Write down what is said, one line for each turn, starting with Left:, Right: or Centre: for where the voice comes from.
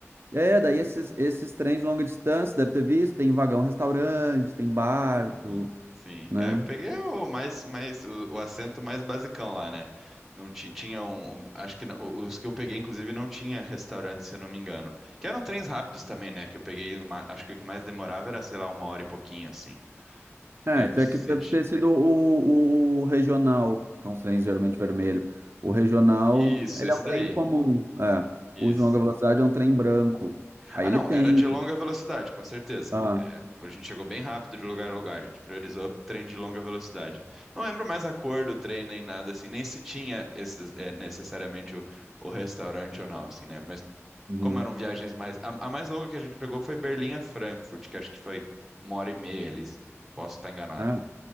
Right: É, daí esses, esses trens de longa distância, deve ter visto, tem vagão restaurante, tem barco,
Centre: Sim, sim.
Right: né?
Centre: É, eu peguei o mais, mais o, o assento mais basicão lá, né? Não ti- tinha um, um- acho que não- os que eu peguei inclusive não tinha restaurante, se eu não me engano. Que eram trens rápidos também, né? Que eu peguei, uma- acho que o que mais demorava era, sei lá, uma hora e pouquinho assim.
Right: É,
Centre: Daí
Right: então
Centre: eu não sei
Right: aqui deve
Centre: se
Right: ter
Centre: ti-
Right: sido o, o regional, que é uns trens geralmente vermelho. O regional,
Centre: Isso,
Right: ele
Centre: esse
Right: é um trem
Centre: daí.
Right: comum, é.
Centre: Isso.
Right: O de longa velocidade é um trem branco. Aí
Centre: Ah,
Right: ele
Centre: não,
Right: tem.
Centre: era de longa velocidade, com certeza.
Right: Ah,
Centre: Tipo, a gente chegou bem rápido de lugar a lugar, a gente priorizou trem de longa velocidade. Não lembro mais a cor do trem nem nada assim, nem se tinha esses, é, necessariamente o, o restaurante ou não, assim, né? Mas
Right: uhum,
Centre: como eram viagens mais. A, a mais longa que a gente pegou foi Berlim a Frankfurt, que acho que foi uma hora e meia ali. Posso estar enganado.
Right: é,